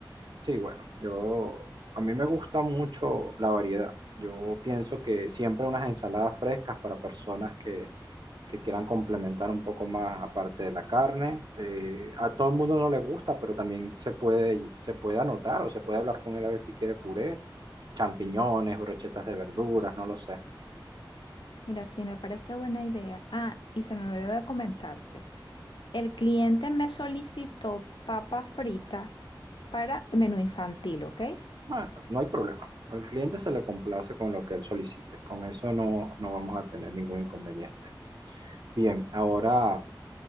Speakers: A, on the right; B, on the left.
A: Sí, bueno, yo, a mí me gusta mucho la variedad. Yo pienso que siempre unas ensaladas frescas para personas que, que quieran complementar un poco más aparte de la carne. eh, a todo el mundo no le gusta, pero también se puede, se puede anotar o se puede hablar con él a ver si quiere puré, champiñones, brochetas de verduras, no lo sé.
B: Mira, sí, me parece buena idea. Ah, y se me olvidó de comentarte. El cliente me solicitó papas fritas para menú infantil, ¿ok?
A: Bueno, no hay problema. Al cliente se le complace con lo que él solicite. Con eso no, no vamos a tener ningún inconveniente. Bien, ahora...